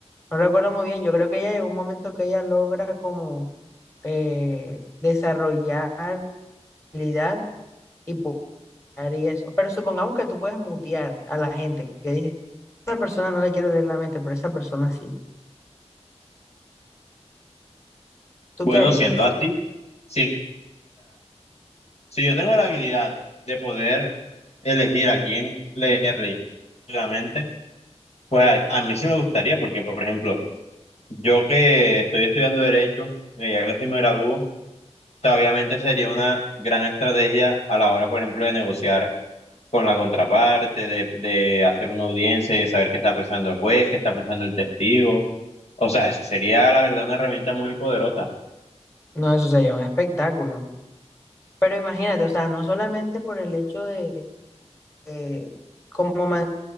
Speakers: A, on the left; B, on the left.
A: No recuerdo muy bien, yo creo que ella llegó un momento que ella logra como eh, desarrollar habilidad y y eso. Pero supongamos que tú puedes mutear a la gente que dice, esa persona no le quiero leer la mente, pero esa persona sí. ¿Tú
B: Bueno,
A: qué harías?
B: siendo así, sí. Si yo tengo la habilidad de poder elegir a quién leer realmente, pues a, a mí sí me gustaría, porque por ejemplo, yo que estoy estudiando Derecho, que ya casi me gradúo, o sea, obviamente sería una gran estrategia a la hora, por ejemplo, de negociar con la contraparte, de, de hacer una audiencia y de saber qué está pensando el juez, qué está pensando el testigo. O sea, eso sería, la verdad, una herramienta muy poderosa.
A: No, eso sería un espectáculo. Pero imagínate, o sea, no solamente por el hecho de, de como manera